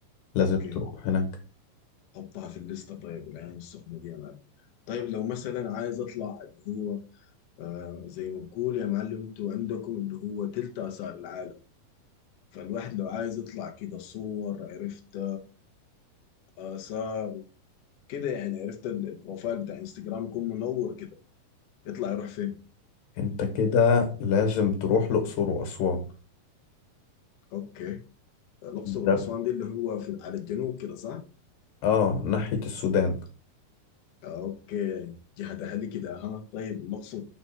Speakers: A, on the left (about 80°); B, on the left (about 70°).
A: لازم
B: اوكي
A: تروح هناك
B: حطها في الليسته طيب العين السخنه دي يا معلم طيب لو مثلا عايز اطلع اللي هو آه زي ما بقول يا معلم انتوا عندكم اللي هو تلت اثار العالم فالواحد لو عايز يطلع كده صور عرفت واثار كده يعني عرفت ال- البروفايل بتاع انستجرام يكون منور كده يطلع يروح فين
A: انت كده لازم تروح الأقصر وأسوان
B: اوكي الاقصر
A: ده
B: واسوان دي اللي هو في على الجنوب كده صح
A: اه ناحية السودان
B: اوكي جهة اهلي كده ها طيب الاقصر